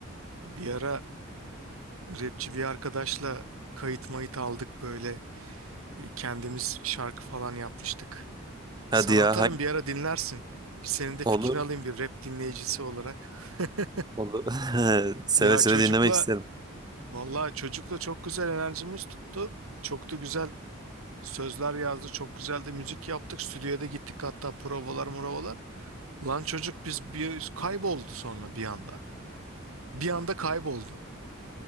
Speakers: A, on the right; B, on the right.
A: bir ara rapçi bir arkadaşla kayıt mayıt aldık böyle. E, Kendimiz şarkı falan yapmıştık.
B: Hadi
A: Sana
B: ya
A: atarım
B: hangi...
A: bir ara dinlersin. Bir senin de
B: olur
A: fikrini alayım bir rap dinleyicisi olarak. <laughs>
B: olur. <laughs> Seve
A: Ya
B: seve
A: çocukla
B: dinlemek isterim.
A: vallahi çocukla çok güzel enerjimiz tuttu. Çok da güzel Sözler yazdı çok güzeldi müzik yaptık stüdyoya da gittik hatta provalar muravalar. Lan çocuk biz bir kayboldu sonra bir anda. Bir anda kayboldu.